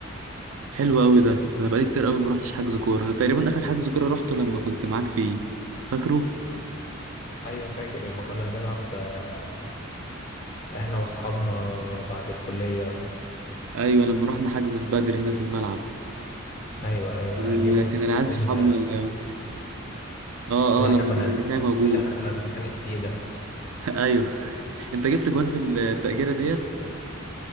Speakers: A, on the right; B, on the left.
A: حلو قوي ده ده انا بقالي كتير قوي ما رحتش حجز كوره انا تقريبا اخر حجز كوره رحته لما كنت معاك فيه فاكره
B: أيوة فاكر يوم ما كنا بنلعب آه، إحنا وأصحابنا بعد الكلية
A: ايوه لما رحنا حجز في بدر هنا في الملعب
B: أيوة أيوة
A: كان
B: اليوم
A: ال- كان العيال
B: اللي,
A: صحابنا اللي... اه
B: اللي
A: اه لما
B: إحنا كنا
A: كان رفيع موجود
B: اللي إحنا كنا نتخانق فيه ده
A: <laughs> ايوه انت جبت جوان في التأجيرة ديت